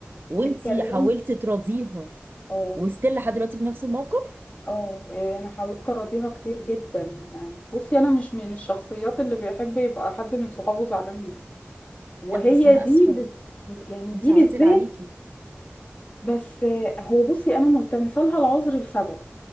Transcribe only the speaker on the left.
اتكلمت
اه
اه إيه، انا حاولت اراضيها كتير جدا يعني بصي انا مش من الشخصيات اللي بيحب يبقى حد من صحابه زعلان منه وهي
دي
بز... يعني
دي
بالذات
بس آه، هو بصي انا ملتمسه لها العذر لسبب